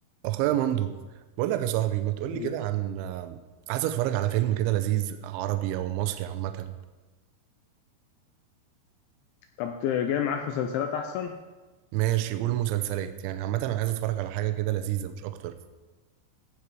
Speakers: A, on the right; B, on the left.
A: اخويا مندو بقول لك يا صاحبي ما تقول
B: قولي.
A: لي كده عن عايز اتفرج على فيلم كده لذيذ عربي او مصري عامه
B: طب جاي معاك مسلسلات احسن
A: ماشي قول مسلسلات يعني عامه انا عايز اتفرج على حاجه كده لذيذه مش اكتر